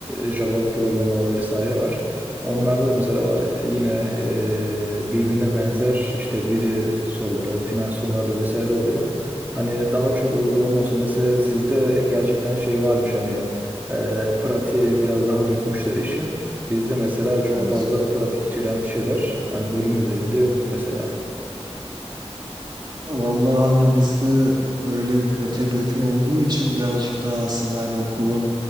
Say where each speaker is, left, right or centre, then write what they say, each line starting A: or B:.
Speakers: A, on the right (about 15°); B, on the right (about 40°).
A: Java programlama vesaire var. Onlarda da mesela e, yine e, birbirine benzer işte vize soruları, final soruları vesaire oluyor. Hani daha çok uygulama olsa mesela sizde gerçekten şey varmış hani e, pratiğe biraz daha dökmüşler işi. Bizde mesela çok
B: Evet.
A: fazla pratik içeren şeyler yani bölüm üzerinde yoktu mesela.
B: Ya Vallahi hani bizde öyle bir pratiğe döküm olduğu için birazcık daha aslında hani okulun